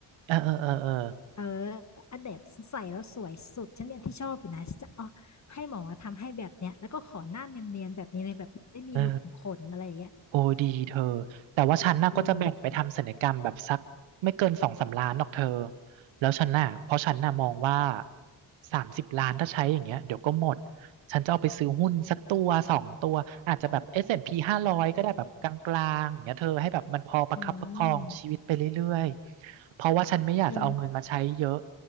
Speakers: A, on the right (about 85°); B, on the left (about 40°).
A: เออเออเออเออ
B: เอออันเดบใส่แล้วสวยสุดฉันเนี่ยที่ชอบอยู่นะฉันจะเอาให้หมอทำให้แบบเนี้ยแล้วก็ขอหน้าเนียนๆแบบนี้เลยแบบไม่มีรูขุมขนอะไรอย่างเงี้ย
A: เออ โอ้ดีเธอแต่ว่าฉันน่ะก็จะแบ่งไปทำศัลยกรรมแบบสักไม่เกินสองสามล้านหรอกเธอ
B: เออ
A: แล้วฉันน่ะเพราะฉันน่ะมองว่าสามสิบล้านถ้าใช้อย่างเงี้ยเดี๋ยวก็หมดฉันจะเอาไปซื้อหุ้นสักตัวสองตัวอาจจะแบบ S&P ห้าร้อยก็ได้แบบกลางๆอย่างเงี้ยเธอให้แบบมันพอประคับประคองชีวิตไปเรื่อยๆเพราะว่าฉันไม่อยากจะเอาเงินมาใช้เยอะ
B: อืมเออ